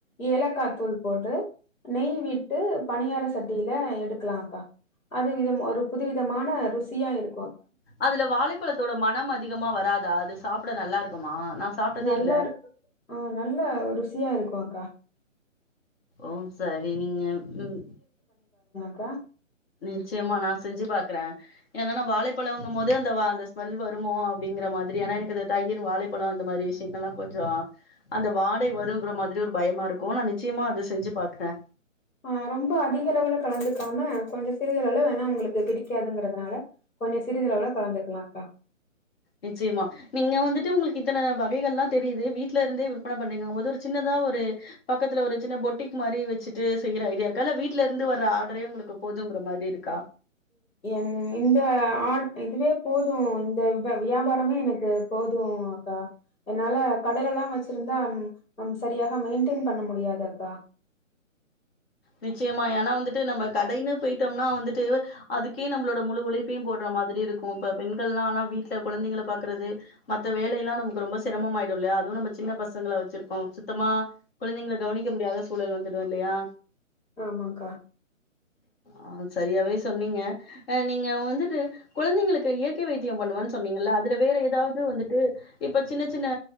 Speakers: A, on the left; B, on the left.
A: ஏலக்காய் தூள் போட்டு நெய் விட்டு பணியார சட்டியில எடுக்கலாம்க்கா அது விதம் ஒரு புதுவிதமான ருசியா இரு
B: அதுல வாழைப்பழத்தோட மனம் அதிகமா வராதா அது சாப்ப ப்ட நல்லா இருக்குமா நா சாப்ட்டதே
A: நல்லா
B: இல்ல
A: இரு ஆஹ் நல்ல ருசி சியா இருக்கும் அக்கா
B: ஓம் சரி நீங்க உம்
A: க்கா
B: நிச்சயமா நான் செஞ்சு பாக்குறேன் ஏன்னா வாழைப்பழம்ங்க போது அந்த வா அந்த ஸ்மெல் வருமோ அப்படிங்கிற மாதிரி ஏன்னா எனக்கு அது தயிர் வாழைப்பழம் இந்த மாரி விஷயங்கள் எல்லாம் கொஞ்சம் அந்த வாடை வருங்கிற மாரி ஒரு பயமா இருக்கும் நான் நிச்சயமா அது செஞ்சு பாக்குறேன்
A: ஆஹ் ரொம்ப அதிக அளவுல கலந்துக்காம கொஞ்சம் சிறிதளவுல வேணா உங்களுக்கு பிடிக்காதுங்கறிறதுனால கொஞ்சம் சிறிதளவுல கலந்துக்கலாம்கா
B: நிச்சயமா நீங்க வந்துட்டு உங்களுக்கு இத்தனை வகைகள் எல்லாம் தெரியுது வீட்டுல இருந்தே விற்பனை பண்ணீங்கங்கும் போது ஒரு சின்னதா ஒரு பக்கத்துல ஒரு சின்ன பொட்டிக் மாதிரி வச்சுட்டு செய்ற ஐடியா இருக்கா இல்ல வீடல இருந்து வர்ற ஆர்டரே உங்களுக்கு போதுங்கிற மாரி இருக்கா
A: என் இந்த ஆட இதுவே போதும் இந்த வியாபாரமே எனக்கு போதும் அக்கா என்னால கடைலல்லாம் வச்சிருந்தாம் சரியாக மெயின்டென் பண்ண முடியாது அக்கா
B: நிச்சயமா ஏன்னா வந்துட்டு நம்ம கடைன்னு போயிட்டோம்னா வந்துட்டு அதுக்கே நம்மளோட முழு உழைப்பையும் போடுற மாரி இருக்கும் இப்ப பெண்கள் எல்லாம் ஆனா வீட்டுல குழந்தைங்களை பாக்குறது மத்த வேலைையெல்லாம் நமக்கு ரொம்ப சிரமமாயிடும் இல்லையா அதுவும் நம்ம சின்ன பசங்களை வச்சிருக்கோம் சுத்தமா குழந்தைங்க கவனிக்க முடியாத சூழல் வந்துடும் இல்லையா
A: ஆமாங்க்கா
B: ஆஹ் சரியாவே சொன்னீங்க அஹ் நீங்க வந்துட்டு குழந்தைங்களுக்கு இயற்கை வைத்தியம் பண்ணுவன்னு சொன்னீங்க அதுல வேற ஏதாவது வந்துட்டு இப்ப சின்ன சின்ன